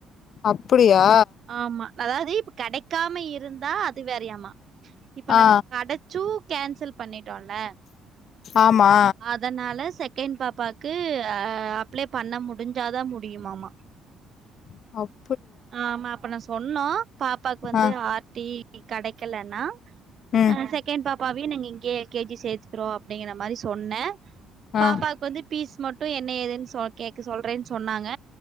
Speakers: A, on the left; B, on the right.
A: அப்பிடியா
B: ஆமா அதாவது இப்ப கெடைக்காம இருந்தா அது வேறையாம இப்ப
A: ஆ
B: நாங்க கெடைச்சும் கேன்சல் பண்ணிட்டோம்ல
A: ஆமா
B: அதனால செகண்ட் பாப்பாக்கு அ அப்ளை பண்ண முடிஞ்சாதான் முடியுமாமா
A: ஔ
B: ஆ ஆமா அப்ப நான் சொன்னோம் பாப்பா வந்து
A: ஆ
B: ஆத்திக்கு கெடைக்கலன்னா அ
A: ம்
B: செ செகண்ட் பாப்பாவையும் நீங்க இலங்கையே எல் கே ஜி சேத்துக்கோ அப்பிடிங்கிற மாரி சொன்னே பாப்பாவுக்கு
A: ஆ
B: வந்து பீஸ் மட்டும் என்ன ஏதுன்னு சொ கேக்க சொல்றேன்னு சொன்னாங்க